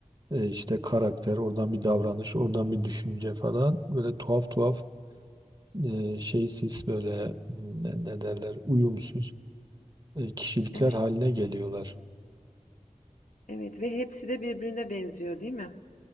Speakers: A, on the right (about 35°); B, on the left (about 75°).
A: e, işte karakter, oradan bir davranış, oradan bir düşünce falan. Böyle tuhaf tuhaf e, şeysiz böyle m, ne, ne derler uyumsuz e, kişilikler
B: Evet.
A: haline geliyorlar.
B: Evet ve hepsi de birbirine benziyor, değil mi?